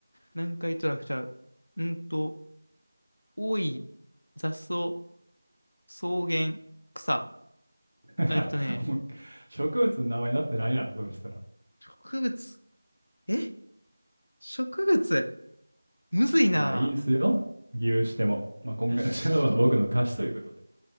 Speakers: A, on the left; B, on the right.
A: 何回トラベルちゃう。うんと、多い、雑草、草原、草。
B: そう。<laughs>
A: えっとね、
B: もう植物の名前になってないな、そうしたら。
A: 植物。え植物。むずいな。
B: いや、いいんすよ。牛しても。まあ、今回のシャアは僕の貸しということで。
A: <laughs>